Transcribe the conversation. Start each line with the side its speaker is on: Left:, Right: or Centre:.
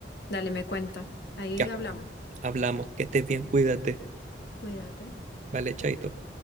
Left: dale, me cuenta. Ahí
Right: Ya,
Left: hablamos.
Right: hablamos. Que estés bien, cuídate.
Left: Cuídate.
Right: Vale, chaito.